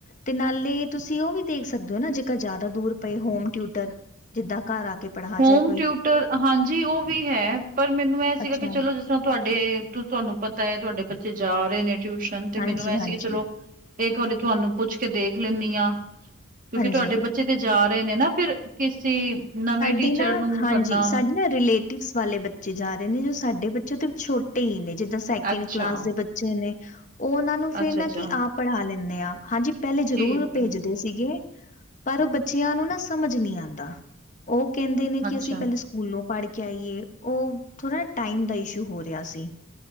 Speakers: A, on the left (about 35°); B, on the right (about 40°).
A: ਤੇ ਨਾਲੇ ਤੁਸੀਂ ਉਹ ਵੀ ਦੇਖ ਸਕਦੇ ਓ ਨਾ ਜੇਕਰ ਜ਼ਿਆਦਾ ਦੂਰ ਪਏ ਹੋਮ ਟਿਊਟਰ ਜਿੱਦਾਂ ਘਰ ਆ ਕੇ ਪੜ੍ਹਾ
B: ਹੋਮ
A: ਜਾਏ ਕੋਈ
B: ਟਿਊਟਰ ਹਾਂਜੀ ਉਹ ਵੀ ਹੈ, ਪਰ ਮੈਨੂੰ ਇਹ ਸੀਗਾ
A: ਅੱਛਾ
B: ਕਿ ਚਲੋ ਕਿਉਂ ਤੁਹਾਡੇ ਤੁਹਾਨੂੰ ਪਤਾ ਹੈ ਤੁਹਾਡੇ ਬੱਚੇ ਜਾ ਰਹੇ ਨੇ ਟਿਊਸ਼ਨ ਤੇ,
A: ਹਾਂਜੀ
B: ਮੈਨੂੰ ਇਹ
A: ਹਾਂਜੀ
B: ਸੀ ਕਿ ਚਲੋ ਦੇਖੋ ਇੱਕ ਵਾਰੀ ਤੁਹਾਨੂੰ ਪੁੱਛ ਕੇ ਦੇਖ ਲੇਨੀ ਆ। ਕਿਉਂਕਿ
A: ਹਾਂਜੀ
B: ਤੁਹਾਡੇ ਬੱਚੇ ਤੇ ਜਾ ਰਹੇ ਨੇ ਨਾ ਫਿਰ ਕਿਸੇ ਨਵੇਂ ਟੀਚਰ
A: ਦੀ ਨਾ
B: ਨੂੰ
A: ਹਾਂਜੀ,
B: ਕਰਨਾ
A: ਸਾਡੇ ਨਾਂ ਰੀਲੇਅ ਟ੍ਰਿੰਪਸ ਵਾਲੇ ਬੱਚੇ ਜਾ ਰਹੇ ਨੇ, ਜੋ ਸਾਡੇ ਬੱਚੇ ਤੇ ਛੋਟੇ ਹੀ ਨੇ, ਜਿੱਦਾ ਸੈਕਿੰਡ
B: ਅੱਛਾ,
A: ਕਲਾਸ ਦੇ ਬੱਚੇ ਬੱਚੇ ਨੇ ਉਹ ਉਹਨਾਂ ਨੂੰ ਫਿਰ
B: ਅੱਛਾ,
A: ਨਾ
B: ਅੱਛਾ
A: ਕਿ ਆਪ ਪੜ੍ਹਾ ਲੈਨੇ ਆ, ਹਾਂਜੀ ਪਹਿਲੇ
B: ਠੀਕ
A: ਜ਼ਰੂਰ
B: ਹੈ।
A: ਭੇਜਦੇ ਸੀਗੇ, ਪਰ ਉਹ ਬੱਚਿਆਂ ਨੂੰ ਨਾ ਸਮਝ ਨਹੀਂ ਆਂਦਾ। ਉਹ ਕਹਿੰਦੇ ਨੇ
B: ਅੱਛਾ
A: ਅਸੀ ਪਹਿਲੇ ਸ ਸਕੂਲੋਂ ਪੜ੍ਹ ਕੇ ਆਈਏ, ਉਹ ਥੋੜ੍ਹਾ ਨਾ ਟਾਈਮ ਦਾ ਇਸ਼ੂ ਹੋ ਰਿਹਾ ਸੀ।